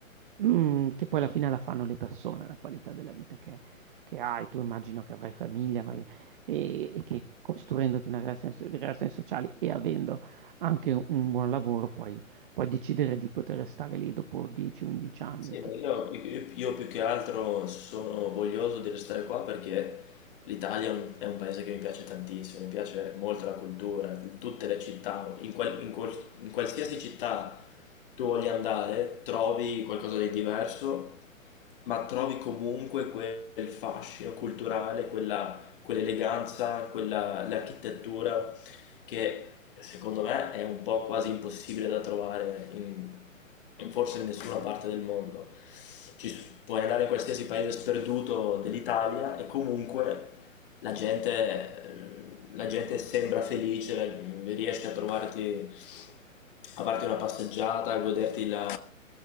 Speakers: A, on the right (about 40°); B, on the left (about 40°).
A: Mm, che poi alla fine la fanno le persone, la qualità della vita che, che hai. Tu immagino che avrai famiglia, avrai- e, e che costruendoti una relazione, so- di relazioni sociali e avendo anche un, un buon lavoro, poi puoi decidere di poter stare lì dopo 10-11 anni,
B: Sì,
A: che
B: ma io, io- io più che altro sono voglioso di restare qua perché l'Italia è un, è un paese che mi piace tantissimo, mi piace molto la cultura, tutte le città, in, qual- in qual- in qualsiasi città tu voglia andare, trovi qualcosa di diverso, ma trovi comunque quel fascino culturale, quella, quell'eleganza, quella, l'architettura che secondo me è un po' quasi impossibile da trovare in, in forse in nessuna parte del mondo. Ci, puoi andare in qualsiasi paese sperduto dell'Italia e comunque la gente, la gente sembra felice, riesce a trovarti a parte una passeggiata, a goderti la-